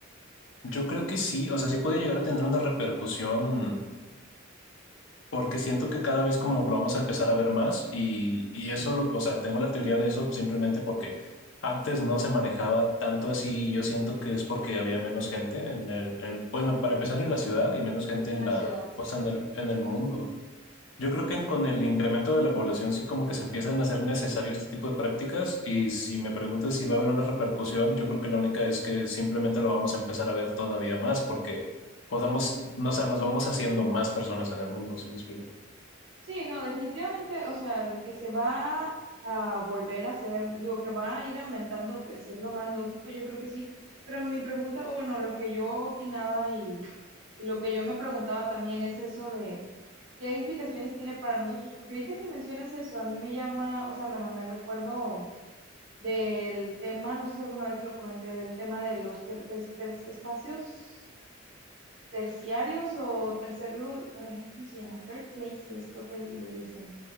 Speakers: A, on the left (about 65°); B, on the right (about 65°).
A: Yo creo que sí, o sea, sí puede llegar a tener una repercusión porque siento que cada vez como lo vamos a empezar a ver más y, y eso, lo, o sea, tengo la teoría de eso simplemente porque antes no se manejaba tanto así y yo siento que es porque había menos gente en el, en- bueno, para empezar en la ciudad y menos gente
B: en
A: en
B: la
A: la,
B: ciudad? sí?
A: pues en el, en el mundo. Yo creo que con el incremento de la población sí como que se empiezan a hacer necesario este tipo de prácticas y si me preguntas si va a haber una repercusión, yo creo que la única es que simplemente lo vamos a empezar a ver todavía más porque podamos, no, o sea, nos vamos haciendo más personas en el mundo, ¿sí me explico?
B: Sí, no, definitivamente, o sea, de que se va a volver a hacer, digo, que va a ir aumentando, pues es lo más lógico, yo creo que sí, pero mi pregunta, o bueno, lo que yo opinaba y, y lo que yo me preguntaba también es eso de qué implicaciones tiene para nosotros, porque ahorita que mencionas eso, a mí me llama, o sea, bueno, me recuerdo del tema, no sé si alguna vez te lo comenté, del tema de los ter- es- ter- espacios terciarios o tercer lu- ay, ¿cómo se llama? Third places, creo que le dicen,